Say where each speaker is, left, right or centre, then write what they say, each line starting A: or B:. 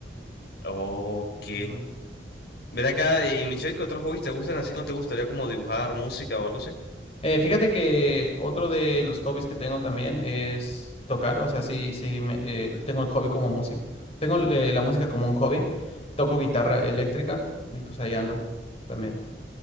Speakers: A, on the left (about 60°); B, on the left (about 35°).
A: Ok.
B: Ujú.
A: Ven acá y Michelle, ¿qué otros hobbies te gustan así? ¿No te gustaría como dibujar música o algo así?
B: Eh, fíjate que otro de los hobbies que tengo también es tocar, o sea, sí, sí, me- eh, tengo el hobby como música tengo eh, la música como un hobby, toco guitarra eléctrica y pues ahí ando también.